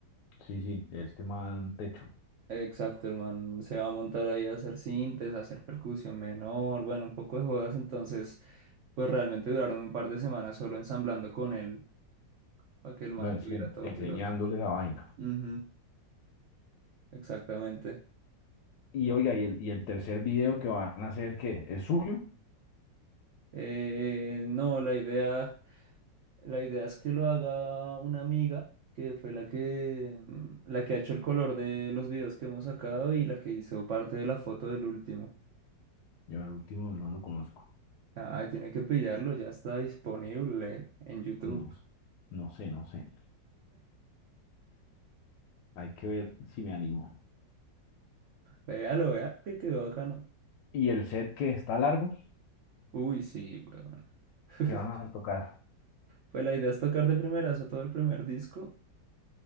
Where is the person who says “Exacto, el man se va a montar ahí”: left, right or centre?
Right